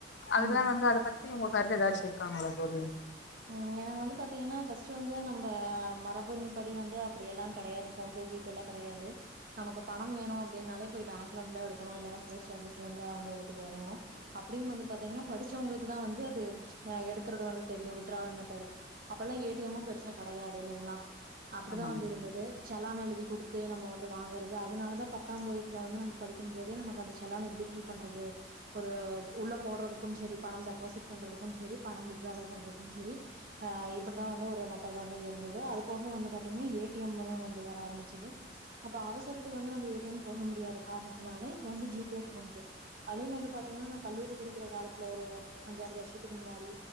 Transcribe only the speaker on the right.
ம்
ம் எனக் வந்து பாத்தீங்கன்னா ஃபர்ஸ்ட் வந்து நம்ம மரபுன் படி வந்து அப்டியெல்லா கிடையாது போன்பே ஜிபேலா கிடையாது நமக்கு பணம் வேணும் அப்டின்னாலே போய் பேங்க்ல இருந்துதா எடுக்கணும் இல்லன்னா போஸ்ட் ஆஃபீஸ்ல இருந்தா வந்து எடுத்துட்டு வரணும் அப்டினு வந்து பாத்தீங்கன்னா படிச்சவங்களுக்குதான் வந்து அது எடுக்கறது வந்து தெரியும் டிரவல் மெத்தடு அப்பெல்லாம் ஏ டி எமும் பெருசா கிடையாது இல்லைங்களா அப்டிதா
வந்து இருந்தது
செலான் எழுதி கொடுத் து நம்ம வந்து வாங்கறது அதனாலதா பத்தாம் வகுப்புல வந்து நம்ம படிக்கும் போதே நமக்கு அந்த செலான் எப்டி ஃபில் பண்றது ஒரு உள்ள போடுறதுக்கும் செரி பணம் டெபாசிட் பண்றதுக்கும் செரி பணம் விட்டாராவல் பண்றது செரி ஆ இப்டிதா வந்து ஒரு மெத்தட் வந்து இருந்தது அது போக வந்து பாத்தீங்கன்னா ஏடிஎம் வந்துதா ஆரம்பிச்சுது அப்ப அவசரத்துக்கு வந்து நம்ம ஏடிஎம் போக முடியாது அந்த காரணத்தினால இப்ப வந்து ஜி பே போன் பே அதும் வந்து பாத்தீங்கன்னா நா கல்லூரி படிக்கிற காலத்துல ஒரு அஞ்சாறு வருஷத்துக்கு முன்னாடி